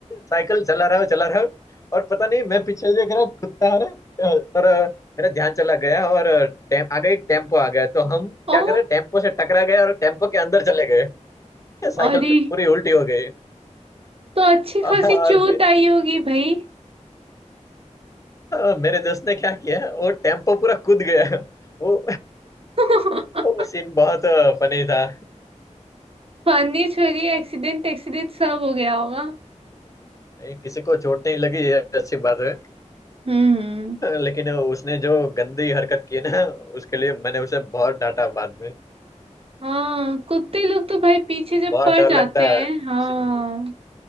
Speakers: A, on the left (about 25°); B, on the right (about 50°).
A: साइकिल चला रहा हूँ चला रहा हूँ और पता नहीं मैं पीछे देख रहा हूँ, कुत्ता आ रहा है, अ, और अ, मेरा ध्यान चला गया और टेम आगे एक टेम्पो आ गया तो हम
B: ओ
A: क्या करें टेम्पो से टकरा गए और टेम्पो के अंदर चले गए साइकिल
B: अरे
A: पे पूरी उल्टी हो गई
B: तो अच्छी खासी
A: और
B: चोट
A: फिर
B: आई होगी भाई
A: अ, मेरे दोस्त ने क्या किया वो टेम्पो पूरा कूद गया वो
B: <laughs>
A: वो सीन बहुत फनी था
B: पानी छोरी एक्सीडेंट एक्सीडेंट सब हो गया होगा
A: नहीं, किसी को चोट नहीं लगी ये अच्छी बात है
B: हम्म
A: लेकिन उसने जो गंदी हरकत की ना उसके लिए मैंने उसे बहुत डांटा बाद में
B: हाँ कुत्ते लोग तो भाई पीछे जब
A: बहुत
B: पड़
A: डर
B: जाते
A: लगता
B: हैं
A: है
B: हाँ
A: सी-